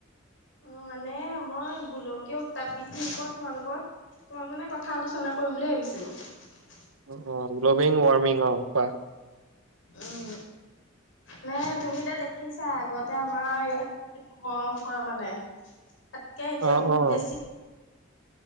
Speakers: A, on the left; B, on the right.
A: অ মানে মই গোলকীয় উত্তাপ বৃদ্ধিৰ ওপৰত তোমাৰ লগত তোমাক মানে কথা আলোচনা কৰিম বুলি ভাবিছিলো ছিলোঁ
B: অ অ গ্ল'বেল ৱাৰ্মিং অ কোৱা।
A: উম নে তুমি এ দেখিছা আগতে আমাৰ ইয়াত গৰম পৰে মানে তাতকে এতিয়া
B: অ
A: বহুত
B: অ
A: বেছি